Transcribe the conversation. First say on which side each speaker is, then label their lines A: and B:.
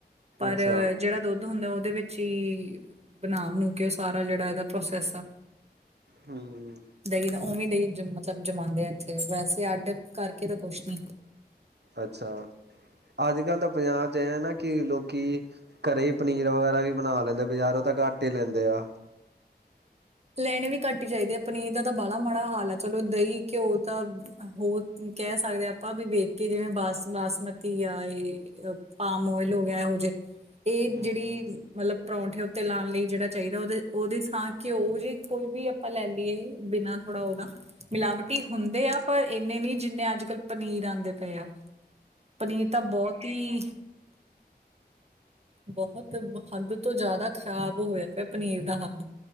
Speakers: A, on the right; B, on the right.
A: ਪਰ
B: ਅੱਛਾ
A: ਜਿਹੜਾ ਦੁੱਧ ਹੁੰਦਾ ਉਹਦੇ ਵਿੱਚ ਹੀ ਬਣਾ-ਬਨੂੰ ਕੇ ਉਹ ਸਾਰਾ ਜਿਹੜਾ ਇਹਦਾ ਪ੍ਰੋਸੈਸ ਆ।
B: ਹੂੰ।
A: ਦਹੀਂ ਦਾ ਉਵੇਂ ਦਹੀਂ ਮਤਲਬ ਜਮਾਦੇ ਆ ਇੱਥੇ ਵੈਸੇ ਅੱਡ ਕਰਕੇ ਤਾਂ ਕੁਛ ਨੀ।
B: ਅੱਛਾ, ਅੱਜਕੱਲ੍ਹ ਤਾਂ ਪੰਜਾਬ 'ਚ ਐ ਆ ਨਾ ਕਿ ਲੋਕੀ ਘਰੇ ਪਨੀਰ ਵਗੈਰਾ ਵੀ ਬਣਾ ਲੈਂਦੇ ਬਜ਼ਾਰੋਂ ਤਾਂ ਘੱਟ ਹੀ ਲੈਂਦੇ ਆ।
A: ਲੈਣੇ ਵੀ ਘੱਟ ਹੀ ਚਾਹੀਦੇ ਪਨੀਰ ਦਾ ਤਾਂ ਬਾਲਾ ਮਾੜਾ ਹਾਲ ਆ ਚਲੋ ਦਹੀਂ ਘਿਓ ਤਾਂ ਹੋਰ ਕਹਿ ਸਕਦੇ ਆ ਆਪਾਂ ਵੀ ਵੇਖ ਕੇ ਜਿਵੇਂ ਬਾਸ ਬਾਸਮਤੀ ਆ ਇਹ ਅ ਪਾਮ ਓਇਲ ਹੋ ਗਿਆ ਇਹੋ ਜੇ। ਇਹ
B: ਹੂੰ
A: ਜਿਹੜੀ ਮਤਲਬ ਪਰੌਂਠੇ ਉੱਤੇ ਲਾਉਣ ਲਈ ਜਿਹੜਾ ਚਾਹੀਦਾ ਉਹਦੇ ਉਹਦੇ ਥਾਂ ਘਿਓ ਜੇ ਕੋਈ ਵੀ ਆਪਾਂ ਲੈ ਲਈਏ ਬਿਨਾ ਥੋੜਾ ਉਹਦਾ ਮਿਲਾਵਟੀ ਹੁੰਦੇ ਆ ਪਰ ਇੰਨੇ ਨਹੀਂ ਜਿੰਨੇ ਅੱਜਕੱਲ੍ਹ ਪਨੀਰ ਆਂਦੇ ਪਏ ਆ। ਪਨੀਰ ਤਾਂ ਬੌਤ ਈ ਬਹੁਤ ਹੱਦ ਤੋਂ ਜ਼ਿਆਦਾ ਖ਼ਰਾਬ ਹੋਇਆ ਪਿਆ ਪਨੀਰ ਦਾ ਹਾਲ।